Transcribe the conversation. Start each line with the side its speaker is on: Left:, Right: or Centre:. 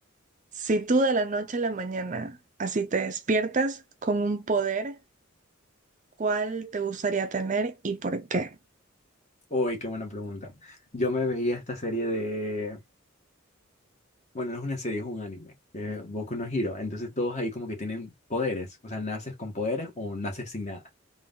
Right: si tú de la noche a la mañana así te despiertas con un poder, ¿cuál te gustaría tener y por qué?
Left: Uy, qué buena pregunta. Yo me veía esta serie de... Bueno, no es una serie, es un anime, que es Boku no Hero. Entonces todos ahí como que tienen poderes. O sea, naces con poderes o naces sin nada.